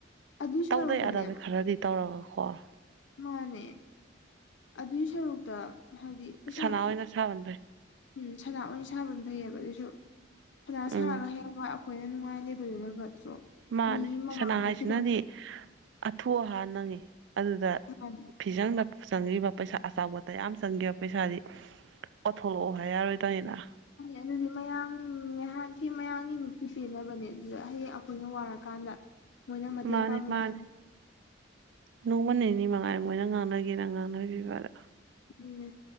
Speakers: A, on the left; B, on the right.
A: ꯑꯗꯨꯏ ꯁꯔꯨꯛꯇꯅꯦ
B: ꯇꯧꯗ ꯌꯥꯗꯕꯩ ꯈꯔꯗꯤ ꯇꯧꯔꯒ ꯈꯣꯔ
A: ꯃꯥꯅꯦ ꯑꯗꯨꯒꯤ ꯁꯔꯨꯛꯇ ꯍꯥꯏꯗꯤ ꯄꯩꯁꯥꯗ
B: ꯁꯅꯥ
A: ꯑꯗꯨ
B: ꯑꯣꯏꯅ ꯁꯥꯕꯅ ꯐꯩ
A: ꯎꯝ ꯁꯅꯥ ꯑꯣꯏꯅ ꯁꯥꯕꯅ ꯐꯩꯑꯕ ꯑꯗꯨꯏꯁꯨ ꯁꯅꯥ ꯁꯥꯔꯒ
B: ꯎꯝ
A: ꯍꯌꯦꯡꯋꯥꯏ ꯍꯈꯣꯏꯅ ꯅꯨꯡꯉꯥꯏ ꯂꯩꯕꯗꯨꯅ ꯐꯠꯇ꯭ꯔꯣ
B: ꯃꯥꯅꯦ
A: ꯃꯤ ꯃꯃꯥꯡꯗ
B: ꯁꯅꯥ ꯍꯥꯏꯁꯤꯅꯗꯤ
A: ꯈꯤꯇꯪ
B: ꯑꯊꯨ ꯑꯍꯥꯟ ꯅꯪꯉꯤ ꯑꯗꯨꯗ
A: ꯃꯥꯅꯦ
B: ꯐꯤꯖꯪꯗ ꯆꯪꯤꯕ ꯄꯩꯁꯥ ꯑꯆꯥꯎꯕꯇꯌꯥꯝ ꯆꯪꯈꯤꯕ ꯄꯩꯁꯥꯗꯤ ꯀꯊꯂꯛꯑꯣ ꯍꯥꯏ ꯌꯥꯔꯣꯏꯗꯅꯤꯅ
A: ꯅꯦ ꯑꯗꯨꯗꯤ ꯃꯌꯥꯝ ꯉꯥꯏꯍꯥꯛꯀꯤ ꯃꯌꯥꯝꯒꯤ ꯃꯤꯠꯇꯤ ꯄꯦꯅꯕꯅꯦ ꯑꯗꯨꯗ ꯍꯌꯦꯡ ꯑꯩꯈꯣꯏꯅ ꯋꯥꯔꯀꯥꯟꯗ ꯃꯣꯏꯅ ꯃꯇꯦꯡ
B: ꯃꯥꯅꯦ
A: ꯄꯥꯡꯕꯤꯅꯤ
B: ꯃꯥꯅꯦ ꯅꯣꯡꯃ ꯅꯤꯅꯤ ꯃꯉꯥꯏ ꯃꯣꯏꯅ ꯉꯥꯡꯅꯒꯦꯅ ꯉꯥꯡꯅꯈꯤꯕ ꯑꯗꯣ
A: ꯎꯝ